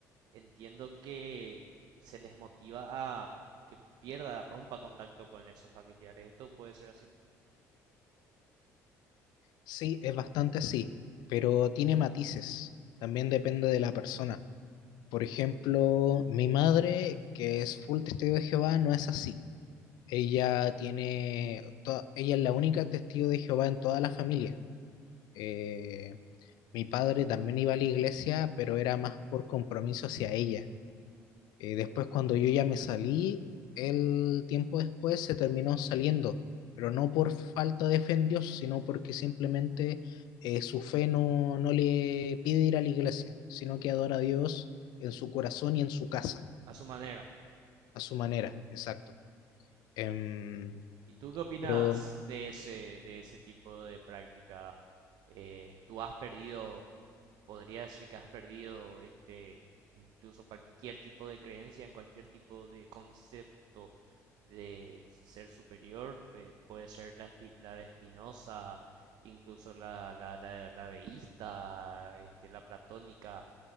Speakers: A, on the right; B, on the left.
A: entiendo que se les motiva a que pierda, rompa contacto con esos familiares. Esto puede ser así,
B: Sí, es bastante así, pero tiene matices. También depende de la persona. Por ejemplo, mi madre, que es full testigo de Jehová, no es así. Ella tiene, to- ella es la única testigo de Jehová en toda la familia. Eh, mi padre también iba a la iglesia, pero era más por compromiso hacia ella Eh, después, cuando yo ya me salí, el tiempo después se terminó saliendo, pero no por falta de fe en Dios, sino porque simplemente eh, su fe no, no le pide ir a la iglesia, sino que adora a Dios en su corazón y en su casa,
A: a su manera.
B: a su manera, exacto. Em,
A: ¿Y tú qué opinas
B: pero
A: de ese, de ese tipo de práctica? Eh, ¿tú has perdido, podría decir que has perdido este, incluso cualquier tipo de creencia en cualquier tipo de concepto de ser superior? Pe- puede ser la, espi- la de Spinoza, incluso la, la, la, la deísta, este, la platónica.